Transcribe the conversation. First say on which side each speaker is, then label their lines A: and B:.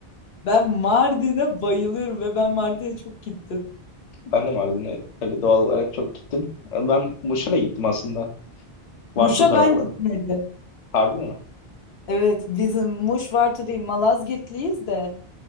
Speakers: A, on the left; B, on the left.
A: Ben Mardin'e bayılıyorum ve ben Mardin'e çok gittim.
B: Ben de Mardin'e tabii doğal olarak çok gittim. Ben Muş'a da gittim aslında. Varto
A: Muş'a
B: tarafları.
A: ben gitmedim.
B: Harbi mi?
A: Evet bizim Muş Vartu değil Malazgirtliyiz de